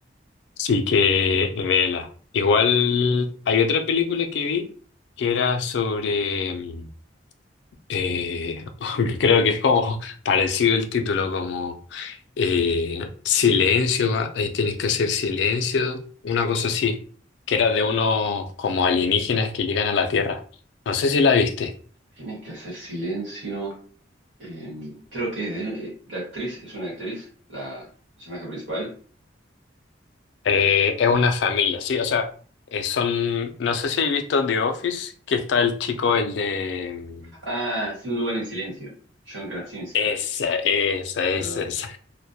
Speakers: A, on the left; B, on the right.
A: así que vela. Igual, hay otra película que vi que era sobre, mm, eh, <laughs> creo que es como <laughs> parecido el título, como eh, silencio, ah, ahí tienes que hacer silencio, una cosa así, que era de unos como alienígenas que llegan a la Tierra. No sé si la viste.
B: tienes que hacer silencio. Eh, creo que eh, la actriz es una actriz, la personaje principal.
A: Eh, es una familia, sí, o sea, eh, son, no sé si has visto The Office, que está el chico, el de...
B: Ah, sí, Un lugar en silencio. John Krasinski.
A: Esa, esa, esa,
B: Perdón.
A: esa.